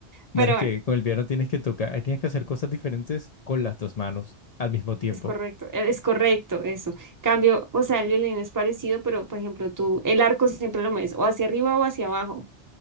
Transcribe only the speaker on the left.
Bueno, es
que con el piano tienes que tocar, tienes que hacer cosas diferentes con las dos manos al mismo tiempo.